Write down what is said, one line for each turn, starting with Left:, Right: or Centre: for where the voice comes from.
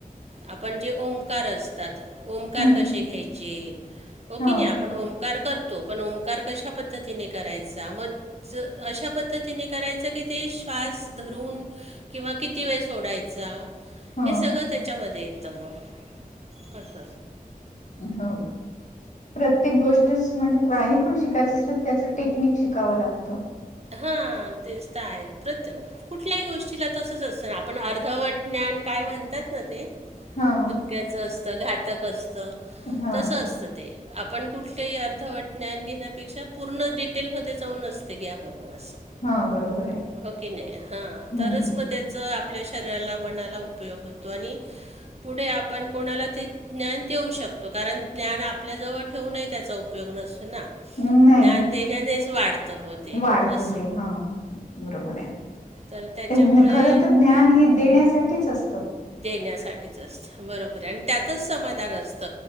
Right: आपण जे ओमकार असतात. ओमकार
Left: हम्म हम्म
Right: कसे घ्यायचे. हो
Left: हा
Right: की नाही आप आपण ओंकार करतो. पण ओंकार कशा पद्धतीने करायचा. मग अशा पद्धतीने करायचं की ते श्वास धरून किंवा किती वेळ सोडायचा.
Left: हा
Right: हे सगळं त्याच्यामध्ये येतं मग अस.
Left: हम्म प्रत्येक गोष्टच म्हणजे काही पण शिकायच असल त्याच टेक्निक शिकाव लागत.
Right: हा तेच तर आहे. प्रत्ये कुठल्याही गोष्टीला तसंच असतं ना. आपण अर्धवट ज्ञान काय म्हणतात ना ते.
Left: हम्म
Right: धोक्याच असत. घातक असत.
Left: हा
Right: तस असत ते. आपण कुठलही अर्धवट ज्ञान घेण्यापेक्षा, पूर्ण डिटेलमध्ये जाऊनच ते घ्याव. <unintelligible>
Left: हा बरोबर आहे.
Right: हो कि नाही. हा
Left: हम्म
Right: तरच मग त्याच आपल्या शरीराला मनाला उपयोग होतो. आणि पुढे आपण कोणाला ते ज्ञान देऊ शकतो. कारण ज्ञान आपल्याजवळ ठेवूनही त्याचा उपयोग नसतो ना.
Left: हम्म नाही
Right: ज्ञान देण्यानेच वाढत बवा ते
Left: वाढतं
Right: अस.
Left: ते हा बरोबर आहे.
Right: तर त्याच्यामुळे
Left: खर तर ज्ञान हे देण्यासाठीच असत.
Right: देण्यासाठीच असत. बरोबर आहे. आणि त्यातच समाधान असत.